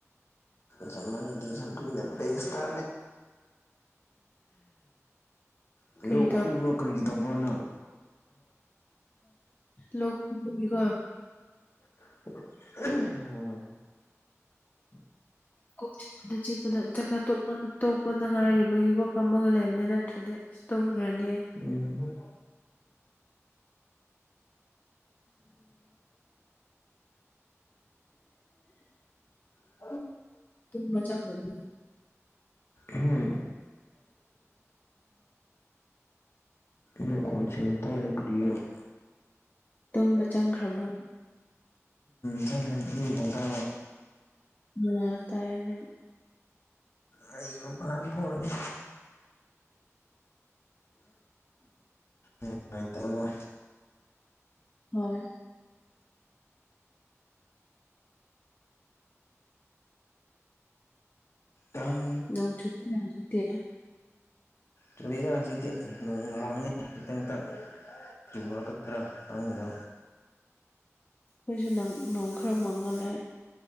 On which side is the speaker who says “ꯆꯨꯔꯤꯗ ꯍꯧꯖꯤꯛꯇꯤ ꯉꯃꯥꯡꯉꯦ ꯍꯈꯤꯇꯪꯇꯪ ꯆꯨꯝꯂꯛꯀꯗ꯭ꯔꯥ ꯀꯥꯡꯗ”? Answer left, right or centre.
Left